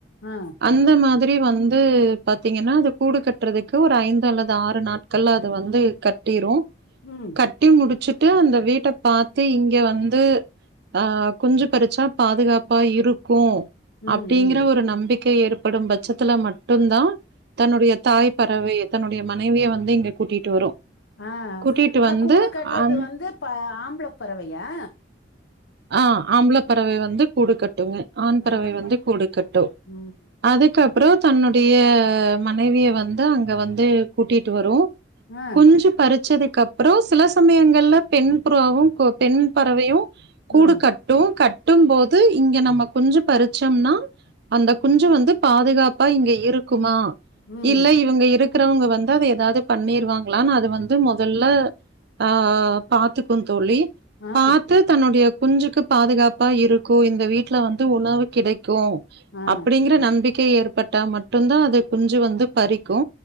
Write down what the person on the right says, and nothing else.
அந்த மாதிரி வந்து பாத்தீங்கன்னா அது கூடு கட்டுறதுக்கு ஒரு ஐந்து அல்லது ஆறு நாட் கள்ள அது வந்து கட்டிரு
கட்டி முடிச்சுட்டு அந்த வீட்ட பாத்து இங்க வந்து அ குஞ்சு பறிச்சா பாதுகாப்பா இருக்கு
அப்டிங்கிற
ஒரு நம்பிக்கைற்ப ப்படும் பட்சத்துல மட்டுதா தன்னுடைய தாய் பறவைய தன்னுடைய மனைவிய வந்து இங்க கூட்டிட்டு வரு
கூட்டிட்டு
வந்து
அந்
ஆ ஆம்பள பறவை வந்து கூடுக்கட்டுங்க ஆண் பறவை
வந்து கூடுக்கட்டு
அதுக்கப்புறோ தன்னுடைய மனைவிய வந்து அங்க வந்து கூட்டிட்டு வரு
குஞ்சு பறிச்சதுக்கப் அப்புறோ சில சமயங்கள்ல பெண் புறாவு பெண் பறவையு கூடு
கட் கட்டு கட்டும் போது இங்க நம்ம குஞ்சு பறிச்சோம்னா அந்த குஞ்சு வந்து பாதுகாப்பா இங்க இருக்குமா
இல்ல இவுங்க இருக் இருக்கிறவங்க வந்து அத எதாவ்து பண்ணிருவாங்களான்னு அது வந்து மொதல்ல ஆ பாத்துக்கும் தோழி
பாத்து தன்னுடைய குஞ்சுக்கு பாதுகாப்பா இருக்கு இந்த வீட்டுல வந்து உணவு கிடைக் க்கு
அப்டிங்கிற நம்பிக்கை ஏற்பட்டா மட்டுதா அதை குஞ்சு வந்து பறிக்கு